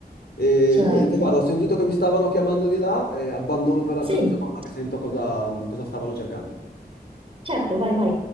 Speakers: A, on the left; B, on the right.
A: E
B: certo.
A: niente, guarda, ho sentito che mi stavano chiamando di là, e abbandono per,
B: Sì,
A: per un secondo che sento cosa cosa stavano cercando.
B: certo, vai, vai.